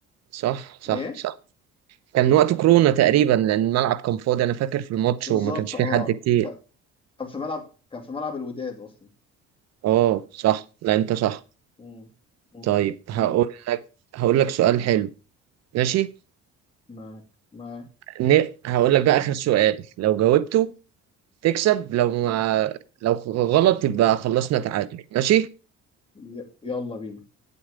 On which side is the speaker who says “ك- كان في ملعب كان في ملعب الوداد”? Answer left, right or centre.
Left